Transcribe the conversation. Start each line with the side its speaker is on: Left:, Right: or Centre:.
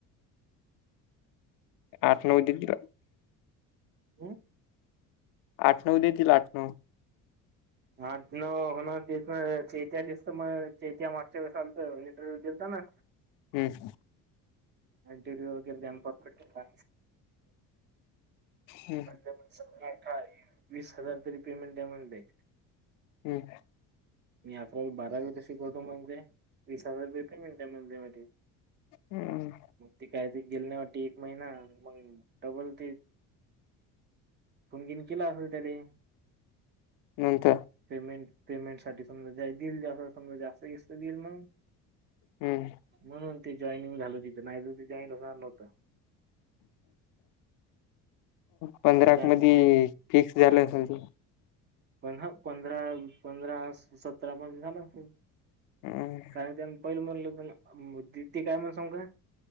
Left: आठ नऊ द दिला
Right: होओ
Left: आठ नऊ देतील आठ नऊ.
Right: हा न होणार दिस ैत्या दिसत मग ैत्याट. वी सल इंटरव्यू केता ना.
Left: हम् ह.
Right: आणिटी वगैर जानप तरा
Left: हम्म
Right: अठरा वीस हजार तरी पेमेंट यामं द
Left: हम्
Right: मी आज बारा वे शिकवतो मणे वीस हजार रुपये पेमेंट आहे म मध्ये.
Left: हम्म
Right: मग ती काय ती गेल नाही वाटत एक महिना मग डबल ती. पुगीन केल असेल त्याने.
Left: नंतर.
Right: पेमेंट पेमेंट साठी समजा देईल जा समजा जास्त बिस्त देईल मग.
Left: हम्म
Right: म्हणून ते जॉईनिंग झालं तिथं नाही तर ते जॉईन होणार नव्हतं.
Left: पंधरा
Right: पण त्यान
Left: मध्ये
Right: ते
Left: फिक्स झालं असेल तर.
Right: पं पंधरा पंधरा सतरा मध्ये झाला असेल.
Left: हम्म
Right: पहिल म्हणलं मला काय म्हण सांग का